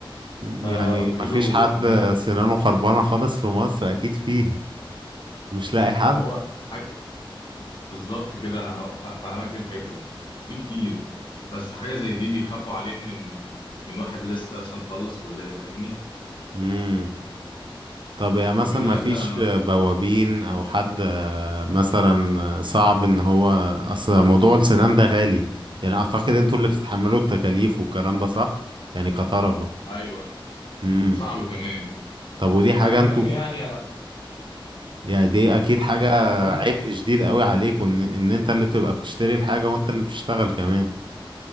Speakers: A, on the right; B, on the left.
A: يعني
B: فقلت
A: ما
B: له
A: فيش حد
B: ان انا
A: سنانه خربانه خالص في مصر اكيد فيه مش لاقي حد
B: ما هو ح... بالظبط كده انا هفهمك ايه الفكره في كتير بس حاجه زي دي بيخافوا عليها من من واحد لسه لسه مخلص كليه فاهمني
A: امم طب يعني مثلا
B: فبيقول
A: ما
B: لك
A: فيش
B: لا انا
A: بوابين او حد آه، مثلا صعب ان هو اصل موضوع السنان ده غالي يعني اعتقد انتوا اللي بتتحملوا
B: بز...
A: التكاليف والكلام ده صح يعني كطلبة
B: ايوه
A: امم
B: بتدفع له كمان
A: طب ودي حاجه
B: فالمهم
A: انتوا
B: يعني انا
A: يعني دي اكيد
B: قول-
A: حاجة
B: آه، المهم
A: عبء شديد قوي عليك وان ان انت اللي بتبقى بتشتري الحاجة وانت اللي بتشتغل كمان